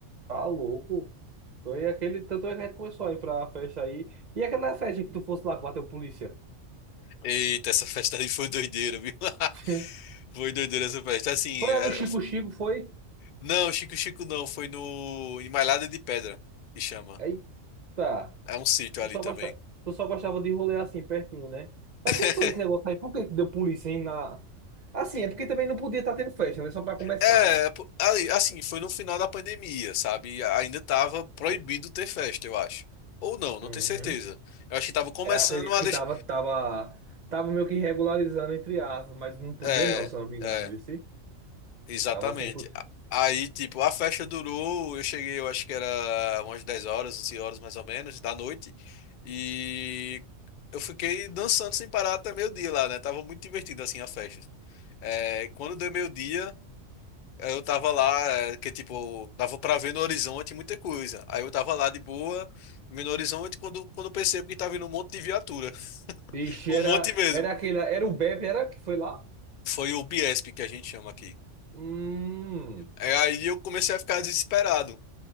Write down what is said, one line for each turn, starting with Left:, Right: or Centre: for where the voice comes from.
Right: tá louco. então é aquele, tanto é que a gente começou a ir pra festa aí. E aquela festa que tu fosse lá que bateu polícia?
Left: Eita, essa festa aí foi doideira, viu? <laughs>
Right: <laughs>
Left: Foi doideira essa festa. Assim,
Right: Foi lá
Left: era-
Right: no Chico Chico, foi?
Left: não, Chico Chico não, foi no em Malhada de Pedra, que chama.
Right: Eita.
Left: É um sítio
Right: Tu
Left: ali
Right: só
Left: também.
Right: gosta, tu só gostava de rolê assim, pertinho, né? Mas
Left: <laughs>
Right: como foi esse negócio aí? Por que que deu polícia, hein, na... Assim, é porque também não podia estar tendo festa, né? Só pra começar,
Left: É,
Right: né?
Left: pô, ali, assim, foi no final da pandemia, sabe? Ainda tava proibido ter festa, eu acho. Ou não, não
Right: Uhum.
Left: tenho certeza. Eu acho que tava começando
Right: É, acredito
Left: a
Right: que
Left: deixar.
Right: tava, tava, tava meio que regularizando entre aspas, mas não podia
Left: É,
Right: não, se eu não me engano,
Left: é.
Right: viu?
Left: Exatamente.
Right: Tava sem putz.
Left: A- Aí, tipo, a festa durou, eu cheguei, eu acho que era umas 10 horas, 11 horas mais ou menos, da noite, e eu fiquei dançando sem parar até meio-dia lá, né? Tava muito divertido, assim, a festa. É, e quando deu meio-dia, eu tava lá, é, que, tipo, dava pra ver no horizonte muita coisa. Aí eu tava lá de boa, vendo no horizonte, quando, quando eu percebo que tava vindo um monte de viatura, <laughs>
Right: Ixi,
Left: um
Right: era,
Left: monte mesmo.
Right: era aquele. Era o Bebe, era que foi lá?
Left: Foi o Biesp que a gente chama aqui.
Right: Hum.
Left: É, Aí eu comecei a ficar desesperado.